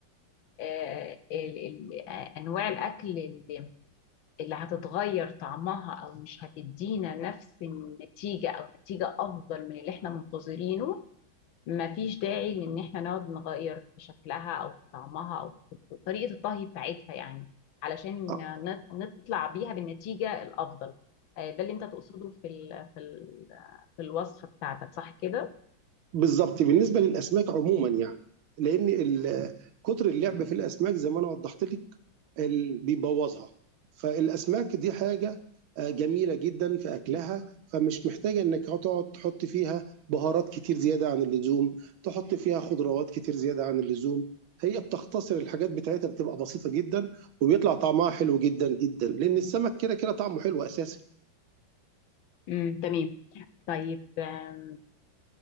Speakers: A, on the left; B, on the right.
A: آه، ال- ال- آه، انواع الاكل اللي اللي هتتغير طعمها او مش هتدينا نفس النتيجة او نتيجة افضل من اللي احنا منتظرينه مفيش داعي لان احنا نقعد نغير في شكلها او في طعمها او في طريقة الطهي بتاعتها يعني علشان
B: آه،
A: نط- نطلع بيها بالنتيجة الافضل آه، ده اللي انت تقصده في ال في ال في الوصفة بتاعتك صح كده
B: بالظبط بالنسبه للاسماك عموما يعني لان ال- كتر اللعب في الاسماك زي ما انا وضحت لك ال- بيبوظها فالاسماك دي حاجه آه، جميله جدا في اكلها فمش محتاجه انك تقعد تحط فيها بهارات كتير زياده عن اللزوم تحط فيها خضروات كتير زياده عن اللزوم هي بتختصر الحاجات بتاعتها بتبقى بسيطه جدا وبيطلع طعمها حلو جدا جدا لان السمك كده كده طعمه حلو اساسا
A: امم تمام طيب آم،